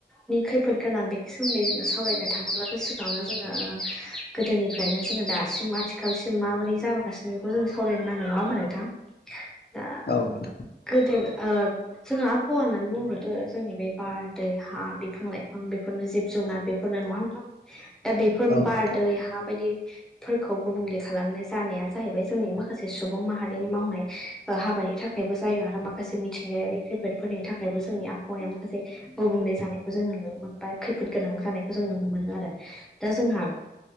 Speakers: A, in the centre; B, on the left.
A: नि खैफोद गोनां बेनि सोमोन्दै जोङो सावरायनो थाङोब्लाबो सिगाङावनो जोङो ओ गोदोनिफ्रायनो जोङो दासिम आथिखालसिम माबोरै जाबोगासिनो बेखौ जों सावरायनो नांगोन नङा होमबा नोंथां दा
B: औ नोंथां
A: गोदो ओ जोङो आबहावा होननानै बुङोथ' जोंनि बे बार दै हा बिफां लाइफां बेफोरनो जिब जुनार बे फोरनो नङा होनबा दा बेफोर
B: औ
A: बार
B: नोंथां
A: दै हा बायदि फोरखौ गुबुंले खालामनो जानाया जाहैबाय जोंनि माखासे सुबुं माहारिनि मावनायनि हाबानि थाखायबो जायो आरो माखासे मिथिंगायारि खैफोदफोरनि थाखायबो जोंनि आबहावाया माखासे गुबुंले जानायखौ जों नुनो मोनो बा खैफोद गोनां जानायखौ जों नुनो मोनो आरो दा जोंहा